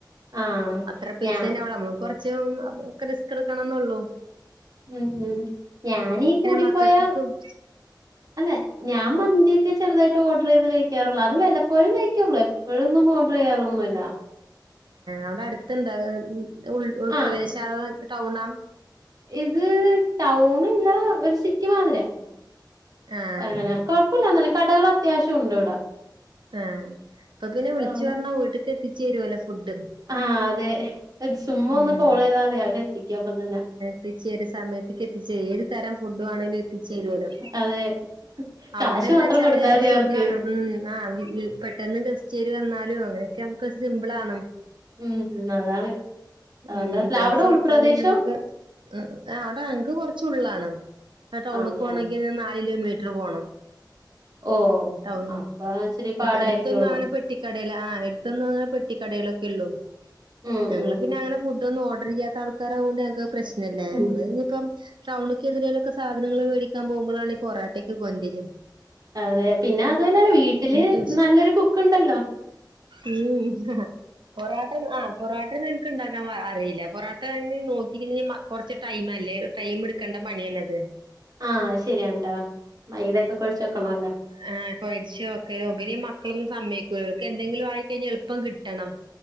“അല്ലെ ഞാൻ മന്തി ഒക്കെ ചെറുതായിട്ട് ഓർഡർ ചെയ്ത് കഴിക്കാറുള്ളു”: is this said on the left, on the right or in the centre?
Right